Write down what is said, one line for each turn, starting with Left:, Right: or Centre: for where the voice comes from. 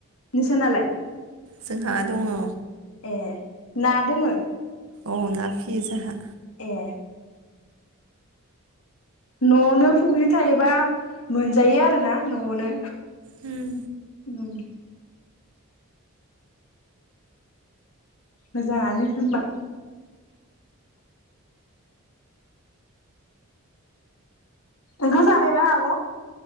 Left: नोसा ना लाय?
Right: जोंहा दंङ।
Left: ए ना दोंङो?
Right: औ ना फियो जाहा।
Left: ए। न'आवनो फुख्रि थायोबा मोनजायो आरोना न'आवनो।
Right: उम।
Left: उम। मोजांङानो होनबा। ओंखाम जाबायबा आब'।